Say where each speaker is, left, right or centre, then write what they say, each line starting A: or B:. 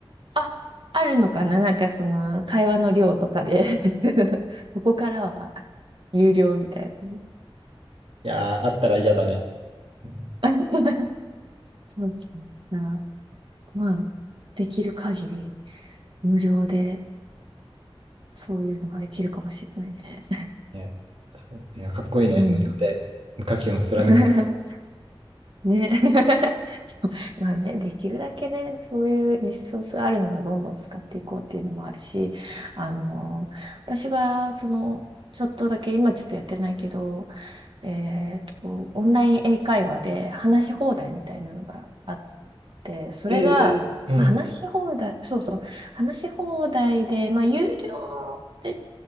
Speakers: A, on the right; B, on the right.
A: あ、あるのかななんかその会話の量とかで <laughs> ここからは有料みたいなね。
B: いやー、あったら嫌だね。うん
A: <laughs> そうだな。まあ、できる限り無料でそういうのができるかもしれないね。
B: ね、そう、いや、かっこいいね、
A: うん。
B: 無料で。無課金を貫く。
A: <laughs> ね。<laughs> そうまあね、できるだけね、そういうリソースがあるならどんどん使っていこうっていうのもあるし、あの私が、その、ちょっとだけ、今ちょっとやってないけど、えっと、オンライン英会話で話し放題みたいなのがあって、それが、
B: ええうん。
A: 話し放題、そうそう、話し放題で、まあ、有料で、